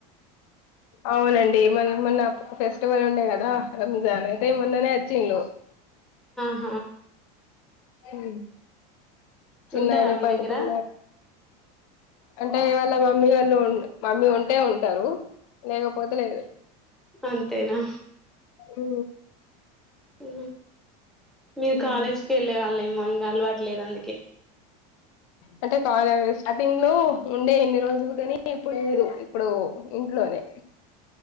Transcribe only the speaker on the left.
అవునండి మనం మొన్న ఫెస్టివల్ ఉండే గదా రంజానే అరేయ్ మొన్న నే అచ్చిన్లు
ఊ చిన్నయనే
పండుకున్నాడు
అంటే ఇవాళ మామ్ మమ్మీ గాళ్ళు ఉండు మమ్మీ ఉంటే ఉంటారు లేకపోతే లేదు
ఉ
ఉమ్.
అంటే కాలేజ్ స్టార్టింగ్ లో ఉండే ఇన్ని రోజులు గాని ఇప్పుడు లేదు ఇప్పుడు ఇంట్లోనే